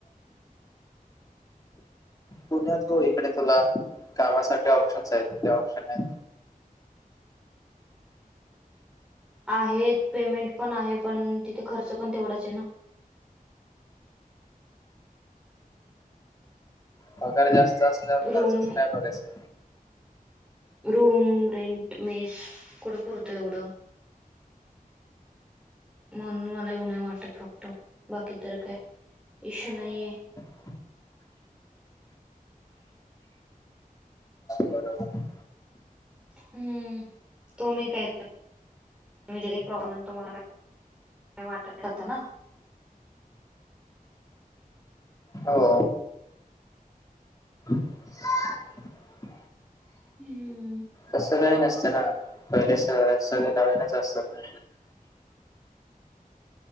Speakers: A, on the left (about 25°); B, in the centre.
A: पुण्यात हो इकडे तुला कामासाठी ऑप्शन्स आहेत ऑप्शन.
B: आहेत पेमेंट पण आहे पण तिथे खर्च पण तेवढाच आहे ना.
A: पगार जास्त असल्यावर
B: रूम
A: खर्च काय बघायचं.
B: रूम रेंट, मेस कुठं पुरतं आहे एवढं. म्हणून मला येऊन नाही वाटत फक्त बाकी तर काय इश्यू नाहीये.
A: हा बरोबर.
B: हम्म तुम्ही काय जे प्रॉब्ले तुम्हाला काय? <unintelligible> काय वाटत नाही जात ना. <unintelligible>
A: हो. <inaudible>
B: हम्म
A: तस काही नसत ना पहिले स सगळे नवीनच असत ना.